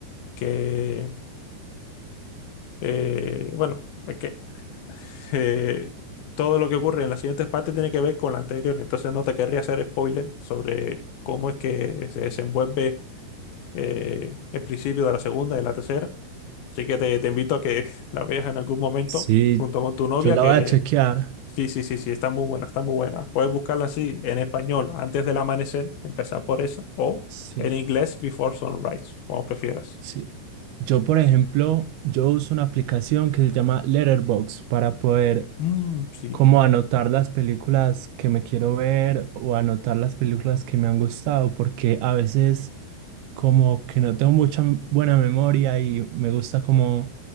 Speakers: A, on the left; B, on the right.
A: Que, eh, bueno, es que <laughs> eh, todo lo que ocurre en las siguientes partes tiene que ver con la anterior, entonces no te querría hacer spoiler sobre cómo es que se desenvuelve eh, el principio de la segunda y de la tercera. Así que te, te invito a que <laughs> la veas en algún momento
B: Sí,
A: junto con tu novia,
B: yo la
A: que
B: voy a chequear.
A: sí, sí, sí, sí, está muy buena, está muy buena. Puedes buscarla así en español antes del amanecer, empezar por esa, o
B: Sí,
A: en inglés Before Sunrise, como prefieras.
B: sí. Yo, por ejemplo, yo uso una aplicación que se llama Letterboxd para poder
A: Mm, sí,
B: como anotar las películas que me quiero ver o anotar las películas que me han gustado, porque a veces como que no tengo mucha m- buena memoria y me gusta como